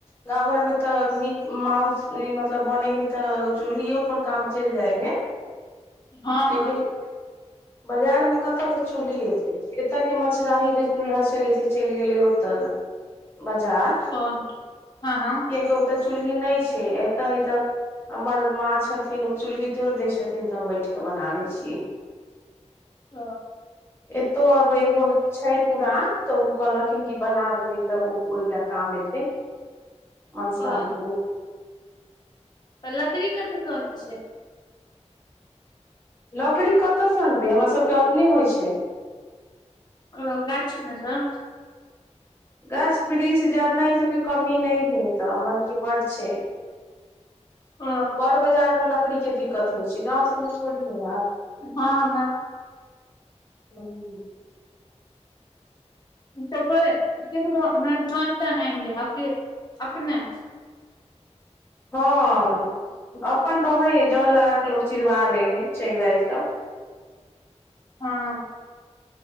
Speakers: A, on the left; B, on the left.
A: गाँव घर मे तऽ मी माउस मतलब बनै है तऽ चूल्हियो पर काम चलि जाय है
B: हँ
A: लेकिन
B: हँ
A: बाजार मे कत से चूल्हि एतय एत के मछराही जे चूल्हा छलै से चलि गेलै ओतऽ बजार
B: ओ हँ हँ
A: कियाकि ओतय चूल्ही नय छै एतऽ है तऽ हमर माँ छथिन ओ चूल्ही जोर दै छथिन तऽ हम बैठ के बना दै छीयै
B: ह
A: एतौ आब बो छै पुरान तऽ ओ कहलखिन कि बना देबै तऽ ओ ओहि लए काम एतै अंसारी
B: ओ
A: मे
B: त लकड़ी कतऽ स अनै छियै
A: लकड़ी कतयसँ अनबै हमरा सबके अपने होइ छै
B: ओ गाछी मे सऽ
A: गाछ वृक्ष जड़ना ई सब के कमी नय है एत हमरा सब के बड्ड छै
B: ओ
A: बड़ बाजार मे लकड़ी के दिक् कत होइ छै गाँव सबमे थोड़ी होय
B: हँ हँ
A: है
B: त कोय ककरो जोन तोन आइन दै हे कि अपने
A: हँ अपन रहै है जन लगा क लोक चिड़वा लल हय चैला ई सब
B: हँ